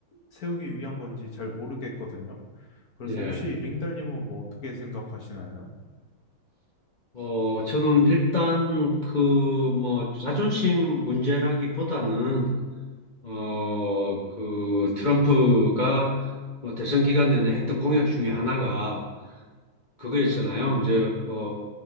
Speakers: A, on the left (about 50°); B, on the left (about 30°).
A: 세우기 위한 건지 잘 모르겠거든요. 그래서
B: 예,
A: 혹시 링달님은 뭐 어떻게 생각하시나요?
B: 어, 저는 일단 그 뭐 자존심 문제라기보다는 어, 그 트럼프가 뭐 대선 기간 내내 했던 공약 중에 하나가 그거였잖아요. 이제 뭐